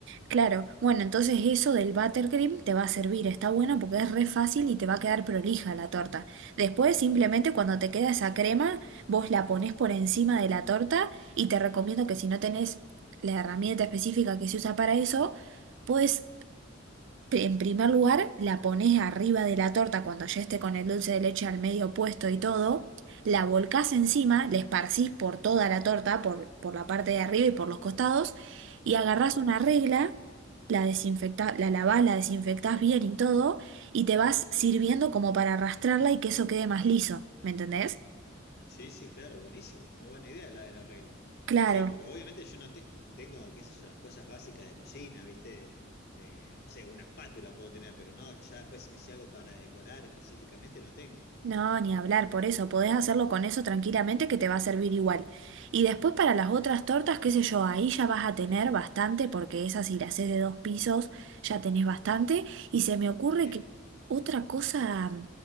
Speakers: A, on the right; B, on the left.
A: claro. Bueno, entonces eso del buttercream te va a servir, está bueno porque es re fácil y te va a quedar prolija la torta. Después simplemente cuando te queda esa crema, vos la ponés por encima de la torta y te recomiendo que si no tenés la herramienta específica que se usa para eso, podés En primer lugar, la pones arriba de la torta cuando ya esté con el dulce de leche al medio puesto y todo. La volcás encima, la esparcís por toda la torta, por, por la parte de arriba y por los costados. Y agarrás
B: Ujú.
A: una regla, la desinfectás, la lavás, la desinfectás bien y todo. Y te vas sirviendo como para arrastrarla y que eso quede más liso. ¿Me entendés?
B: Sí, sí, claro, buenísimo. Muy buena idea la de la regla.
A: Claro.
B: Sí, porque obviamente yo no te- tengo, qué sé yo, las cosas básicas de cocina, ¿viste? Eh, no sé, una espátula puedo tener, pero no, ya después si me hice algo para decorar específicamente no tengo.
A: No, ni hablar, por eso podés hacerlo con eso tranquilamente que te va a servir igual. Y después para las otras tortas, qué sé yo, ahí ya vas a tener bastante, porque esas si las haces de dos pisos ya tenés bastante. Y se me ocurre
B: Bien,
A: que otra cosa,